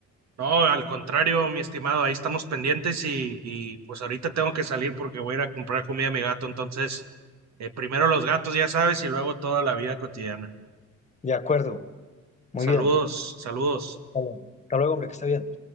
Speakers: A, on the right; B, on the left.
A: No, al contrario, mi estimado, ahí estamos pendientes y, y pues ahorita tengo que salir porque voy a ir a comprar comida a mi gato, entonces eh, primero los gatos, ya sabes, y luego toda la vida cotidiana.
B: De acuerdo, muy
A: Saludos,
B: bien.
A: saludos.
B: Vale. Hasta luego, hombre, que esté bien.